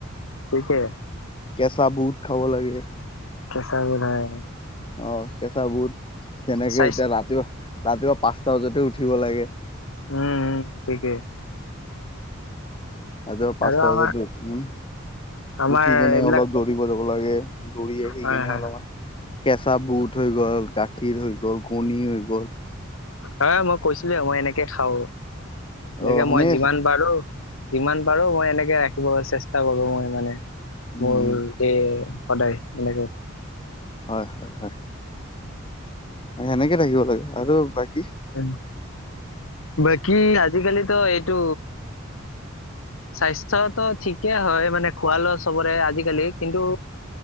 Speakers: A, on the left; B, on the left.
A: টিকে
B: কেচা বুট খাব লাগে।
A: কেচা বুট অ'
B: অ' কেঁচা বুট তেনেকে
A: স্বাস্থ
B: এতিয়া ৰাতিপুৱা ৰাতিপুৱা পাঁচটা বজাতে উঠিব লাগে।
A: উম, উম, ঠিকেই।
B: ৰাতিপুৱা পাঁচটা
A: আৰু আমাৰ
B: বজাতে উঠি
A: আমাৰ
B: উঠি কেনে
A: এইবিলাক
B: অলপ দৌৰিব যাব লাগে। দৌৰি আহি
A: হয়
B: কেনে
A: হয়
B: অলপমান। কেঁচা বুট হৈ গ'ল গাখীৰ হৈ গ'ল কণী হৈ গ'ল
A: এ মই কৈছিলো, মই এনেকে খাওঁ। এনেকে
B: অ সেনেকে
A: মই যিমান
B: খাই
A: পাৰো। যিমান পাৰো মই এনেকে ৰাখিব চেষ্টা কৰো মই মানে
B: উম
A: মোৰ দে। সদায় এনেকৈ
B: হয়, হয়, হয়। হয়, সেনেকে থাকিব লাগে আৰু বাকী
A: যেন বাকী আজিকালিতো এইটো। স্বাস্থ্যতো ঠিকেই হয় মানে খোৱা লোৱা চবৰে আজিকালি কিন্তু